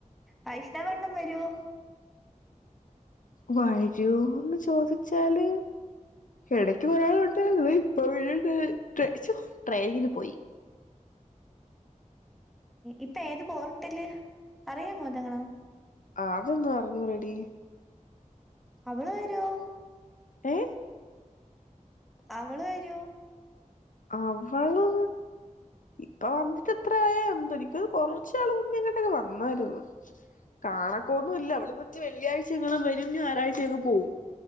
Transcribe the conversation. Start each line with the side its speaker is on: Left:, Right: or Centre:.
Centre: വൈഷ്ണവ് അണ്ണൻ വരുവോ
Left: വരൂന്ന് ചോദിച്ചാല് ഇടക്ക് കുറേനാള് ഉണ്ടായിരുന്നു ഇപ്പ വീണ്ടും ട്രെയിനിങ്ങിന് പോയി
Centre: ഇപ്പൊ ഏത് പോർട്ടല് അറിയാമോതെങ്ങണം
Left: ആ അതൊന്നും അറിഞ്ഞു ടെടി
Centre: അവള് വരുവോ
Left: ഏ
Centre: അവള് വരുവോ
Left: അവള് ഇപ്പൊ വന്നിട്ട് എത്ര ആയാ എന്തോ എനിക്ക് തോന്നുന്നു കൊറച്ച് നാള് മുന്നേ ഇങ്ങോട്ടൊക്കെ വന്നായിരുന്നു കാണക്ക ഒന്നും ഇല്ല അവള് മറ്റെ വെള്ളിയാഴ്ച എങ്ങണം വരും ഞായറഴ്ച അങ്ങ് പോവും